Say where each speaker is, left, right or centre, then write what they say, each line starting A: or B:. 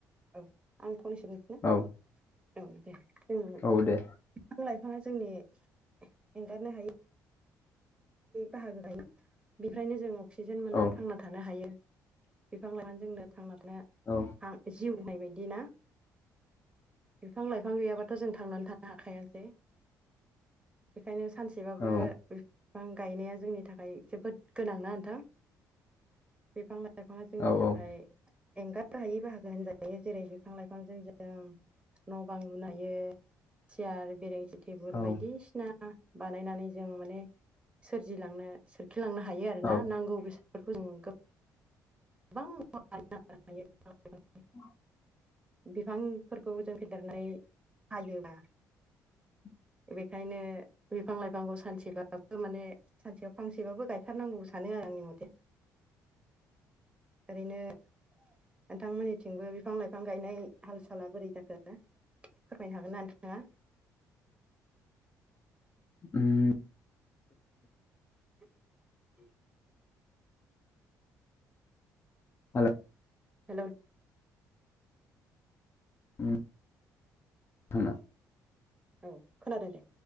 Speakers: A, on the right; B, on the left.
A: औ आं फंनैसो मोनथिनो
B: औ
A: औ दे जों
B: औ दे
A: बिफां लाइफाङा जोंनि एंगारनो हायै बाहागो लायो बेनिफ्रायनो जों अक्सिजेन मोनना
B: औ
A: थांना थानो हायो बिफां लाइफाङा जोंनो थांनानै
B: औ
A: थानो जिउ होनाय बायदि बिदिना बिफां लाइफां गैयाबाथ' जों थांनानै थानो हाखायाानो बेखायनो सानसेबाबो
B: औ
A: बिफां गायनाया जोंनि थाखाय जोबोद गोनांना नोंथां बिफां लाइफां लाइफाङा जोंनि
B: औ
A: थाखाय
B: औ
A: एंगार हायै बाहागो होनजायो जेरै बिफां लाइफांजों जों न' बां लुनायो सियार बेरेंसि टेबोल
B: औ
A: बायदिसिना बानायनानै जों माने सोरजिलांनो लांनो हायो आरोना
B: औ
A: नांगौ बेसादफोरखौ जों गोबां <unintelligible>
B: औ
A: बिफांफोरखौ जों फेदेरनानै हायोबा
B: <inaudible>
A: बेखायनो बिफां लाइफांखौ सानसेबाबो माने सानसेयाव फांसेबाबो गायथारनांगौ सानो आरो आंनि मथे
B: <inaudible>
A: ओरैनो नोंथांमोननिथिंबो बिफां लाइफां गायनाय हाल साला बोरै जाखो फोरमायनो हागोन ना नोंथाङा
B: उम
A: <inaudible>
B: हेल'
A: हेल'
B: <unintelligible>
A: औ खोनादों दे